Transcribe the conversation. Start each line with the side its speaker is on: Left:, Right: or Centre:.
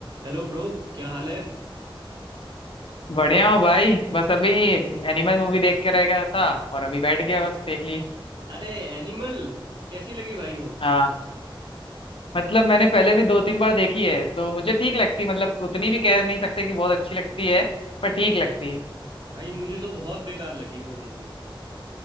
Right: Hello bro क्या हाल है
Left: बढ़िया हो भाई बस अभी एनिमल मूवी देख के रह गया था और अभी बैठ गया बस देख ली
Right: अरे एनिमल कैसी लगी भाई हो
Left: हाँ मतलब मैंने पहले भी दो तीन बार देखी है तो मुझे ठीक लगती मतलब उतनी भी कह नहीं सकते कि बहुत अच्छी लगती है पर ठीक लगती है
Right: भाई मुझे तो बहुत बेकार लगी वो मूवी